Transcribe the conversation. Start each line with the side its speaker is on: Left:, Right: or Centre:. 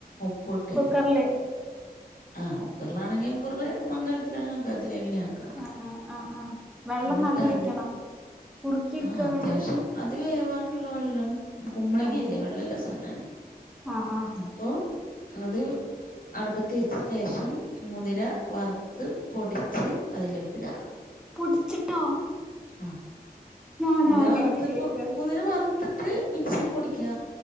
Left: ഉപ്പുട്ട്
Centre: കുക്കറില്
Left: അ കുക്കറിലാണെങ്കിൽ കുകറില് മങ്കലത്തിലാണെങ്കി മങ്കല തിലെങ്ങിനിം ആക്ക
Centre: ആ ആ ആ ആ വെള്ളം
Left: ന്ന്ട്ടത്
Centre: നല്ല ഒഴിക്കണോ കുറുക്കി എടുക്കാ
Left: ആ അത്യാവിശ്യം
Centre: വേണ്ടേ
Left: അത് വേ <unintelligible> വെള്ളം കുമ്പളങ്ങ്യല്ലേ
Centre: മതില്ലേ
Left: വെള്ളല്ലെ സാനല്ലേ
Centre: ആ ആ
Left: അപ്പൊ അത് അടുപ്പ ത്തെച്ചിട്ടേഷം മുതിര വർത്ത് പൊടിച്ച് അതിലേക്കിട
Centre: പൊടിച്ചിട്ടോ?
Left: അ
Centre: ഞാൻ
Left: മുതിര
Centre: ആദ്യായിട്ട്
Left: വർത്ത്
Centre: കേക്കാ
Left: പ്പൊ മുതിര വർത്ത്ട്ട് മിക്സീൽ പൊടിക്കാ